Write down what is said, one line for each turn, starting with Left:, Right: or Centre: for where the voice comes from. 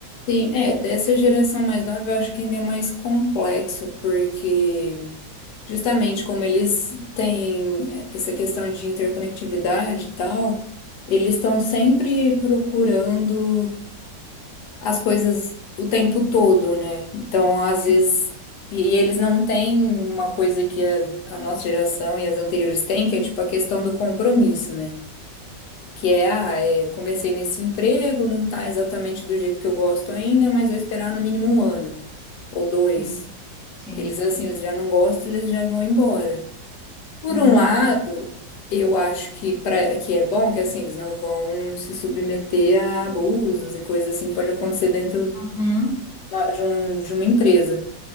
Left: tem, é, dessa geração mais nova, eu acho que ainda é mais complexo, porque justamente como eles têm essa questão de interconectividade e tal, eles estão sempre procurando. as coisas o tempo todo, né? Então, às
Centre: Sim,
Left: vezes. E, e eles não têm uma coisa que a, a nossa geração e as anteriores têm, que é tipo a questão do compromisso, né? Que é, ah, é, eu comecei nesse emprego, não tá exatamente do jeito que eu gosto ainda, mas vou esperar no mínimo um ano ou dois.
Centre: sim, sim,
Left: Eles, assim, eles já não gostam, eles já vão embora. Por
Centre: verdade.
Left: um lado, eu acho que, pra, que é bom que, assim, eles não vão se submeter a abusos e coisas assim que pode acontecer dentro
Centre: Uhum,
Left: uma- hora de um, de uma empresa.